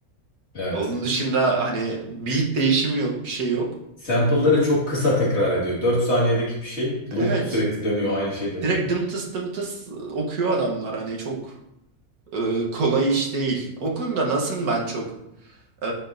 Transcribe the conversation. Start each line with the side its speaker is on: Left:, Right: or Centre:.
Left: Evet.
Right: Onun dışında hani beat değişimi yok, bir şey yok.
Left: Sample'ları çok kısa tekrar ediyor. 4 saniyedeki bir şey loop
Right: Evet.
Left: sürekli dönüyor. Aynı şey dönüyor.
Right: Direkt dımtıs dımtıs okuyor adamlar hani çok e, kolay iş değil. O konuda Nas'ın ben çok e,